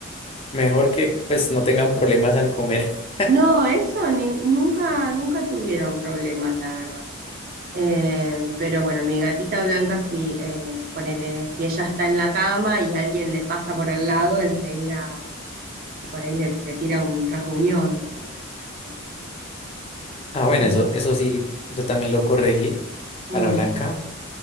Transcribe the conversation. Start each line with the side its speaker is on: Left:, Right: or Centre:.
Left: Mejor que pues no tengan problemas al comer. <laughs>
Right: No, eso ni- nunca, nunca tuvieron problemas, la verdad. Eh, pero bueno, mi gatita blanca, si, eh, ponele, si ella está en la cama y alguien le pasa por al lado, enseguida por ahí le, le tira un rasguñón, por ejemplo.
Left: Ah, bueno,
Right: Eh,
Left: eso, eso sí, yo también lo corregí
Right: mm,
Left: a la blanca